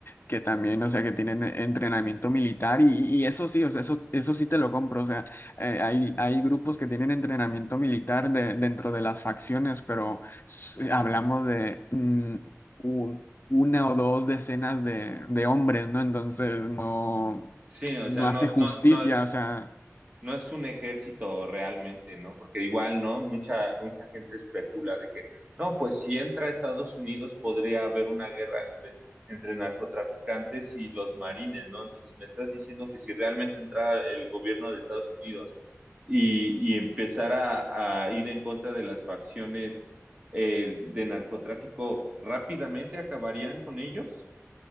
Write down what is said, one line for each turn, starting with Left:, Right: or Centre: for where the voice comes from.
Left: que también, o sea, que tienen eh, entrenamiento militar y, y eso sí, o sea, eso, eso sí te lo compro, o sea, eh, hay, hay grupos que tienen entrenamiento militar de- dentro de las facciones, pero s- eh, hablamos de mm, un- una o dos decenas de, de hombres, ¿no? Entonces, no,
Right: Sí, o
Left: no
Right: sea, no,
Left: hace justicia,
Right: no, no es.
Left: o sea...
Right: no es un ejército realmente, ¿no? Porque igual, ¿no? Mucha, mucha gente especula de que, no, pues si entra a Estados Unidos podría haber una guerra entre, entre narcotraficantes y los marines, ¿no? Entonces me estás diciendo que si realmente entra el gobierno de Estados Unidos y, y empezara a ir en contra de las facciones eh, de narcotráfico, rápidamente acabarían con ellos.